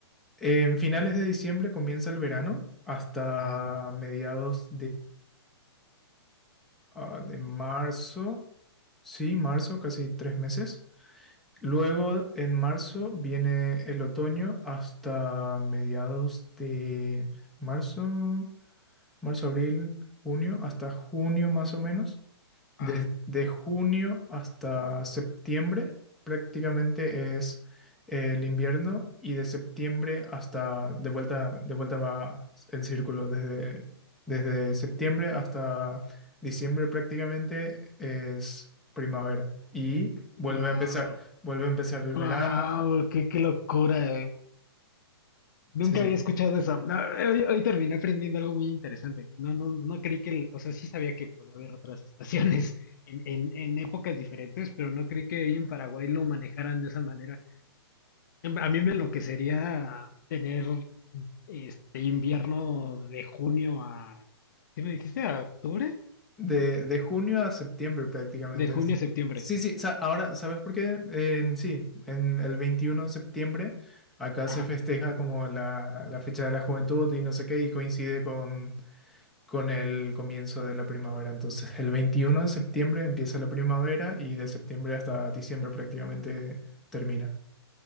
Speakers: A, in the centre; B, on the left (about 45°).
A: en finales de diciembre comienza el verano hasta
B: ajá,
A: mediados ah, de marzo, sí, marzo, casi tres meses. Luego en marzo viene el otoño hasta mediados de marzo, marzo, abril, junio, hasta junio más o menos.
B: ajá.
A: Desde junio hasta septiembre prácticamente es el invierno y de septiembre hasta de vuelta, de vuelta va el círculo. Desde, desde septiembre hasta diciembre prácticamente es primavera y vuelve
B: Wow,
A: a empezar, vuelve a empezar
B: wow,
A: el verano.
B: qué, qué locura, Nunca
A: Sí, sí,
B: había escuchado eso. No, hoy, hoy terminé aprendiendo algo muy interesante. No, no, no creí que, el- o sea, sí sabía que podía haber otras estaciones <laughs> en, en, en épocas diferentes, pero no creí que ahí en Paraguay lo manejaran de esa manera. A mí me enloquecería tener este invierno de junio a, ¿qué me dijiste? ¿A octubre?
A: De, de junio a septiembre prácticamente.
B: De junio
A: En-
B: a septiembre.
A: Sí, sí, sa- ahora, ¿sabes por qué? En, sí, en el 21 de septiembre acá
B: Ajá.
A: se festeja como la, la fecha de la juventud y no sé qué, y coincide con, con el comienzo de la primavera. Entonces, el 21 de septiembre empieza la primavera y de septiembre hasta diciembre prácticamente termina.